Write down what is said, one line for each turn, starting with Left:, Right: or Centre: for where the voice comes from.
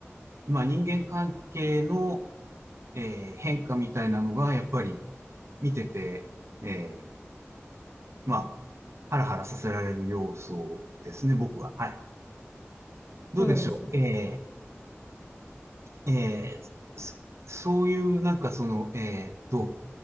Right: まあ人間関係の、えー変化みたいなのが、やっぱり見てて、えーまあ、ハラハラさせられる要素ですね、僕は。はい。どうでしょう。
Left: そうなんですね。
Right: えーえーそそういう、なんかその、えーっと、